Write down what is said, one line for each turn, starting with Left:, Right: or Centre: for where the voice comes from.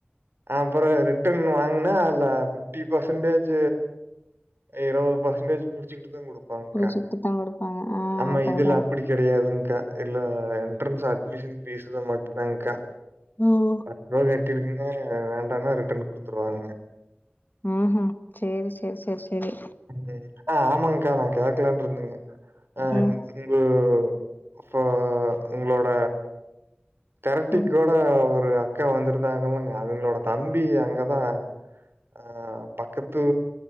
Right: அப்பறோ ரிட்டன் வாங்குனா அதுல ஃபிப்டி பர்சன்டேஜ் இருபது பர்சன்டேஜ் புடிச்சிக்கிட்டு தான் கொடு போங்கா
Left: புடிச்சிட்டுதா குடுப்பாங்க ஆ
Right: ஆமா
Left: அதேதா
Right: இதுல அப்டி கெடையாதுங் கா இல்ல என்ட்ரன்ஸ் அட்மிஷன் ஃபீஸ்ல மட்டும்தா கா
Left: ம்
Right: அப்றவே கேளுங்க கே வேண்டானா ரிட்டன் குடுத்துருவாங்க
Left: ம்ஹும் சேரி செர் செர் செரி
Right: ந்தே ஆ ஆமாங்க்கா நா கேக்கலான்ட்ருந்தேங்க ஆ
Left: ம்
Right: இன்னிக்குங்கோ அப்போ உங்ளோட தெரட்டி
Left: ம்
Right: கூட ஒரு அக்கா வந்திருந்தாங்க <unintelligible> அவய்களோட தம்பி அங்கதா ஆ பக்கத்து